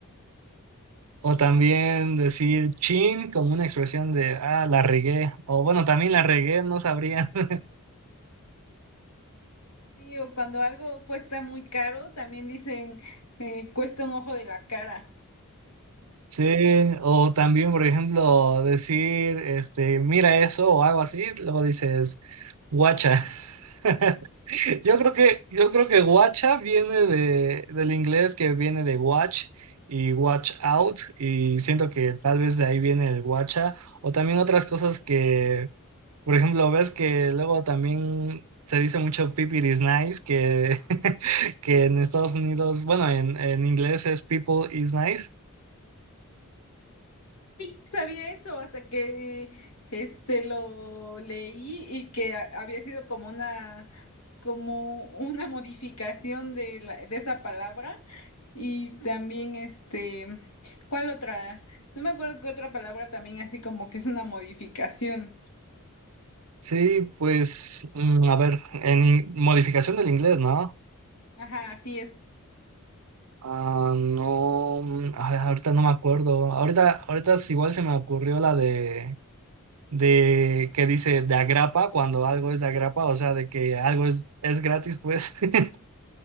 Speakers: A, on the right; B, on the left.
A: O también decir chin como una expresión de, ah, la regué. O bueno, también la regué, no sabría. <laughs>
B: sí, o cuando algo cuesta muy caro, también dicen eh, cuesta un ojo de la cara.
A: Sí, o también, por ejemplo, decir, este, mira eso o algo así, luego dices, guacha. <laughs> Yo creo que, yo creo que guacha viene de, del inglés que viene de watch y watch out, y siento que tal vez de ahí viene el guacha, o también otras cosas que, por ejemplo, ves que luego también se dice mucho people is nice, que, <laughs> que en Estados Unidos, bueno, en, en inglés es people is nice.
B: <laughs> Yo no sabía eso hasta que este lo leí y que a- había sido como una como una modificación de la- de esa palabra y también este ¿cuál otra? No me acuerdo qué otra palabra también así como que es una modificación.
A: Sí, pues, mm, a ver, en in- modificación del inglés, ¿no?
B: Ajá, así es.
A: Ah, no, mm, ay, ahorita no me acuerdo. Ahorita, ahorita es igual se me ocurrió la de, de que dice de agrapa, cuando algo es de agrapa, o sea, de que algo es, es gratis, pues. <laughs>